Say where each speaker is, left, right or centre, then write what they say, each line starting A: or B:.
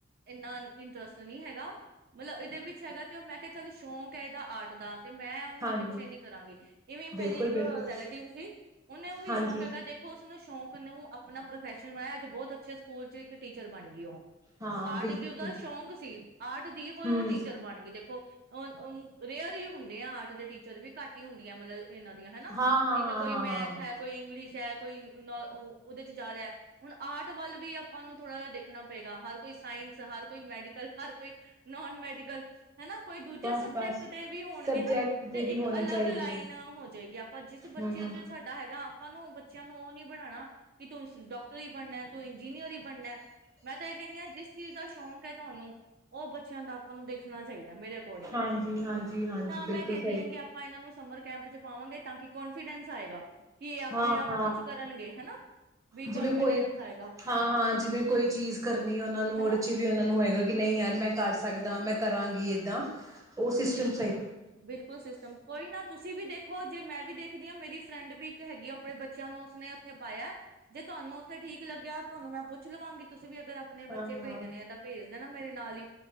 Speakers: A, on the right; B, on the right.
A: ਇੰਨਾ ਇੰਟਰਸਟ ਨਹੀਂ ਹੈਗਾ, ਮਤਲਬ ਇਹਦੇ ਵਿੱਚ ਹੈਗਾ ਤੇ ਉਹ ਮੈਂ ਕਿਹਾ ਚੱਲ ਸ਼ੌਂਕ ਹੈ ਇਹਦਾ ਆਰਟ ਦਾ ਤੇ ਮੈਂ ਉਹਨੂੰ
B: ਹਾਂਜੀ
A: ਪਿੱਛੇ ਨੀ ਕਰਾਂਗੀ। ਇਵੇਂ ਮੇਰੀ
B: ਬਿਲਕੁਲ-ਬਿਲਕੁਲ
A: ਇੱਕ ਰੈਲੇਟਿਵ ਸੀ, ਉਹਨੇ ਵੀ
B: ਹਾਂਜੀ
A: ਸ਼ੌਂਕ ਹੈਗਾ, ਦੇਖੋ ਉਸਨੂੰ ਸ਼ੌਂਕ ਨੂੰ ਆਪਣਾ ਪ੍ਰੋਫੈਸ਼ਨ ਬਣਾਇਆ, ਅੱਜ ਬਹੁਤ ਅੱਛੇ ਸਕੂਲ 'ਚ ਇੱਕ ਟੀਚਰ ਬਣਗੀ ਉਹੋ।
B: ਹਾਂ
A: ਆਰਟ
B: ਬਿਲਕੁਲ
A: ਕਿ ਉਹਦਾ ਸ਼ੌਂਕ ਸੀ, ਆਰਟ ਦੀ ਹੋਈ
B: ਹੂੰ
A: ਉਹ ਟੀਚਰ ਬਣ ਗਈ ਦੇਖੋ। ਓਨ ਅਮ ਰੇਅਰੀ ਹੁੰਦੇ ਆ ਆਰਟ ਦੇ ਟੀਚਰ, ਵੀ ਘੱਟ ਹੀ ਹੁੰਦੀ ਆ ਮਤਲਬ ਇਹਨਾਂ ਦੀਆਂ ਹਨਾ।
B: ਹਾਂ-ਹਾਂ-ਹਾਂ-ਹਾਂ-ਹਾਂ
A: ਨਹੀਂ ਤਾਂ ਕੋਈ ਮੈਥ ਐ, ਕੋਈ ਇੰਗਲਿਸ਼ ਐ ਕੋਈ ਨੌ ਉ ਉਹਦੇ 'ਚ ਜਾ ਰਿਹਾ। ਹੁਣ ਆਰਟ ਵੱਲ ਵੀ ਆਪਾਂ ਨੂੰ ਥੋੜ੍ਹਾ ਜਹਾ ਦੇਖਣਾ ਪਏਗਾ, ਹਰ ਕੋਈ ਸਾਇੰਸ, ਹਰ ਕੋਈ ਮੈਡੀਕਲ ਹਰ ਕੋਈ ਨੋਨ ਮੈਡੀਕਲ ਹਨਾ? ਕੋਈ ਦੂਜੇ
B: ਬਸ-ਬਸ
A: ਸਬਜੈਕਟ ਦੇ ਹੋਣਗੇ
B: ਸਬਜੈਕਟ
A: ਨਾ
B: ਦੇ
A: ਤੇ
B: ਵੀ
A: ਇੱਕ
B: ਹੋਣੇ
A: ਅਲੱਗ
B: ਚਾਹੀਦੇ
A: ਲਾਈਨ
B: ਆ।
A: ਹੋ ਜਾਏਗੀ, ਆਪਾਂ ਜਿਸ ਬੱਚੇ
B: ਹੂੰ।
A: 'ਚ ਸਾਡਾ ਹੈਗਾ, ਆਪਾਂ ਨੂੰ ਬੱਚਿਆਂ ਨੂੰ ਉਹ ਨੀ ਬਣਾਣਾ ਕਿ ਤੁੂੰ ਡਾਕਟਰ ਹੀ ਬਣਨੈ ਤੂੰ ਇੰਜੀਨੀਅਰ ਹੀ ਬਣਨੈ। ਮੈਂ ਤਾਂ ਇਹ ਕਹਿੰਨੀ ਆਂ, ਜਿਸ ਚੀਜ਼ ਦਾ ਸ਼ੌਂਕ ਹੈ ਤੁਹਾਨੂੰ, ਉਹ ਬੱਚਿਆਂ ਦਾ ਆਪਾਂ ਨੂੰ ਦੇਖਣਾ ਚਾਹੀਦਾ, ਮੇਰੇ ਅਕੋਰਡਿੰਗ।
B: ਹਾਂਜੀ-ਹਾਂਜੀ-ਹਾਂਜੀ
A: ਤਾਂ ਮੈਂ
B: ਬਿਲਕੁਲ
A: ਕਹਿੰਦੀ
B: ਸਹੀ
A: ਆਂ ਕਿ ਆਪਾਂ ਇਹਨਾਂ ਨੂੰ ਸਮਰ ਕੈਂਪ 'ਚ ਪਾਵਾਂਗੇ ਤਾਂ ਕਿ ਕੌਨ ਫੀਡੈਂਸ ਆਏਗਾ। ਕਿ ਇਹ ਆਪਣੇ
B: ਹਾਂ,
A: ਆਪ
B: ਹਾਂ।
A: ਕੁਛ ਕਰਨਗੇ ਹਨਾ ਵੀ
B: ਜਿਵੇਂ
A: ਕਨਫੀਡੈਂਸ
B: ਕੋਈ।
A: ਆਏਗਾ
B: ਹਾਂ, ਹਾਂ, ਜਿਵੇਂ ਕੋਈ ਚੀਜ਼ ਕਰਨੀ ਉਹਨਾਂ ਨੂੰ
A: ਹਨਾ
B: ਉਹਦੇ 'ਚ ਵੀ ਉਹਨਾਂ ਨੂੰ
A: ਹਾਂਜੀ
B: ਹੋਏਗਾ ਕਿ ਨਹੀਂ ਯਾਰ ਮੈਂ ਕਰ ਸਕਦਾ, ਮੈਂ ਕਰਾਂਗੀ ਏਦਾਂ। ਉਹ ਸਿਸਟਮ
A: ਬਿਲਕੁਲ,
B: ਸਹੀ
A: ਬਿਲਕੁਲ ਸਿਸਟਮ। ਕੋਈ ਨਾ ਤੁਸੀਂ ਵੀ ਦੇਖੋ ਜੇ ਮੈਂ ਵੀ ਦੇਖਦੀ ਆਂ, ਮੇਰੀ ਫਰੈਂਡ ਵੀ ਇੱਕ ਹੈਗੀ ਆ ਆਪਣੇ ਬੱਚਿਆਂ ਨੂੰ ਸੁਨੇ, ਉੱਥੇ ਪਾਇਆ ਜੇ ਤੁਹਾਨੂੰ ਉੱਥੇ ਠੀਕ ਲੱਗਿਆ ਤੁਹਾਨੂੰ ਮੈਂ ਪੁੱਛ ਲਵਾਂਗੀਂ, ਤੁਸੀ ਤੁਸੀਂ ਵੀ ਅਗਰ ਆਪਣੇ
B: ਹਾਂ-ਹਾਂ,
A: ਬੱਚੇ ਭੇਜਣੇ ਆ ਤਾਂ ਭੇਜਦੇ ਨਾ ਮੇਰੇ ਨਾਲ ਹੀ